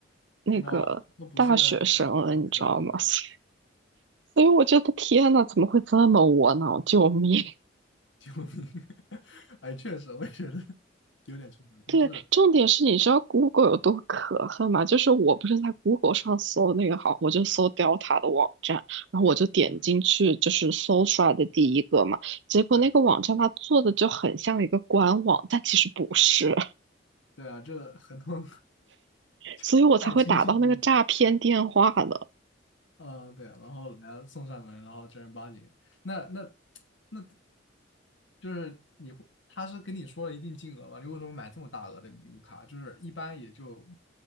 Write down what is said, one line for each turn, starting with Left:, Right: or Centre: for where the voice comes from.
Right: 那个大学生了，
Left: 那都不是那个本科了，
Right: 你知道吗？<laughs> 所以我觉得天呐，怎么会这么窝囊？救命！
Left: <laughs> 救命！<laughs> 哎，确实，我也觉得有点抽象，
Right: 对，
Left: 但是，
Right: 重点是你知道 Google 有多可恨吗？就是我不是在 Google 上搜那个好，我就搜 Delta 的网站，然后我就点进去就是搜出来的第一个嘛，
Left: 嗯，
Right: 结果那个网站它做的就很像一个官网，
Left: 对
Right: 但其实不是。
Left: 对啊，这很多
Right: 所以我才会打到那个诈骗电话的。
Left: <laughs> 太轻信自我了。嗯，对啊，然后人家送上门，然后正儿八经，那那那，就是你会，他是跟你说了一定金额嘛？你为什么买这么大额的礼物卡？就是一般也就